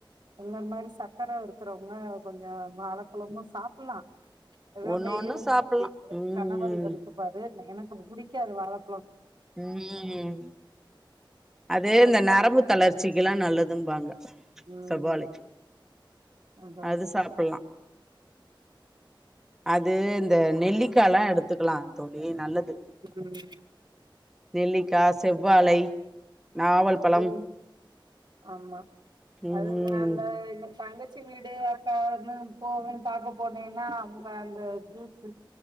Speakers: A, on the right; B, in the centre.
A: எங்கள மாதிரி சக்கர இருக்கிறவங்க கொஞ்ச வாழப்பழமு சாப்புட்லா இவர்
B: ஒண்ணு
A: டெய்லி
B: ஒண்ணு
A: ஒன்னு
B: சாப்புல்லா
A: எ
B: ம்
A: கணவர் எடுத்துப்பாரு எனக்கு புடிக்காது வாழைப்
B: உம் அது
A: பச்ச
B: இந்த நரம்பு தளர்ச்சிக்குல்லா நல்லதுபாங்க
A: ம்
B: செவ்வாழை
A: அதா
B: அது
A: அதா
B: சாப்பிடலா அது இந்த நெல்லிக்கா எல்லா எடுத்துக்கலா தோழி நல்லது
A: ம்
B: நெல்லிக்கா செவ்வாழை நாவல் பழம்
A: அது ஆமா
B: ம்
A: அது நா இந்த எங் தங்க ச்சி வீடு அக்கானு போவேன்னு பார்க்க போனேன்னா அவங்க அந்த ஜூஸ்